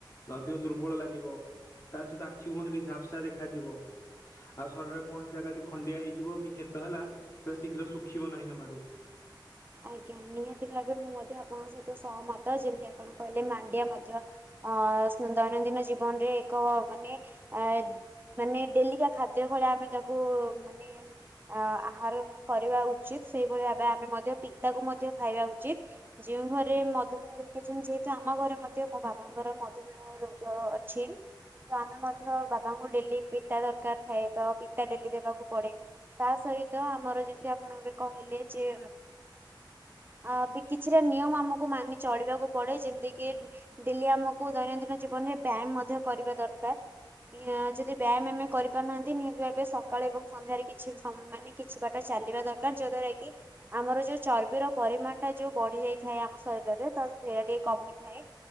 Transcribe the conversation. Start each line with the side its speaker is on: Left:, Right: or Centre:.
Left: ଅଧିକ ଦୁର୍ବଳ ଲାଗିବ ତା ସହିତ ଆଖି ମଧ୍ୟଧ ଟିକେ ଝାପ୍ସା ଦେଖାଯିବ। ଆଉ ଶରୀରରେ କୌଣସି ଜାଗା ଯଦି ଖଣ୍ଡିଆ ହେଇଯିବ କି କ୍ଷତ ହେଲା ସେଟା ଶୀଘ୍ର ଶୁଖିବ ନାହିଁ ଜମାରୁ।
Right: ଆଜ୍ଞା ନିହାତି ଭାବେ ମୁଁ ମଧ୍ୟ ଆପଣଙ୍କ ସହିତ ସହମତ ଯେମିତି ଆପଣ କହିଲେ ମାଣ୍ଡିଆ ମଧ୍ୟ। ଅ ଦୈନନ୍ଦିନ ଜୀବନରେ ଏକ ମାନେ ଏ। ମାନେ ଡେଲିିକା ଖାଦ୍ୟ ଭଳିଆ ଆମେ ତାକୁ ମାନେ। ଅ ଆହାର କରିବା ଉଚିତ ସେଇଭଳି ଭାବେ ଆମେ ମଧ୍ୟ ପିତାକୁ ମଧ୍ୟ ଖାଇବା ଉଚିତ। ଯେୋଉଁ ଘରେ ମଧୁମେହ ରଖିଛନ୍ତି ଯେହେତୁ ଆମ ଘରେ ମଧ୍ୟ ମୋ ବାବାଙ୍କର ମଧୁମେହ। ରୋଗ ଅଛି। ତ ଆମେ ମଧ୍ୟ ବାବାଙ୍କୁ ଡେଲି ପିତା ଦରକାର ଥାଏ ତ ପିତା ଡେଲି ଦେବାକୁ ପଡେ। ତା ସହିତ ଆମର ଯେମିତି ଆପଣ ଏବେ କହିଲେ ଯେ। ଆ କିଛିଟା ନିୟମ ଆମକୁ ମାନି ଚଳିବାକୁ ପଡେ ଯେମିତି କିି ଡେଲି ଆମକୁ ଦୈନନ୍ଦିନ। ଜୀବନରେ ବ୍ୟାୟାମ ମଧ୍ୟ କରିବା ଦରକାର। ଯଦି ବ୍ୟାୟାମ ଆମେ କରିପାରୁନାହାନ୍ତି ନିହାତି ଭାବେ ସକାଳ ଏବଂ ସନ୍ଧ୍ୟାରେ କିଛି ସମୟ ମାନେ କିଛି ବାଟ ଚାଲିବା ଦରକାର। ଦର ଯାଦ୍ଵାରା କି ଆମର ଯୋଉ ଚର୍ବିର ପରିମାଣ ଟା ଯୋଉ ବଢି ଯାଇଥାଏ ଆମ ଶରୀରରେ ତ। ସେଇଟା ଟିକେ କମିଥାଏ